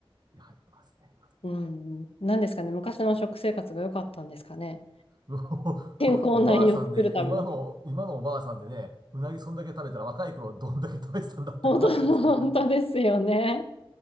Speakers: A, on the right; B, on the left.
A: いや、いますね、いますね。
B: うん、なんですかね、昔の食生活が良かったんですかね。
A: <laughs>
B: 健康な胃を作るための。
A: おおばあさんで、今の、今のおばあさんでね、うなぎそんだけ食べたら若い頃どんだけ食べてたんだって話ですけどね。
B: 本当、本当ですよね。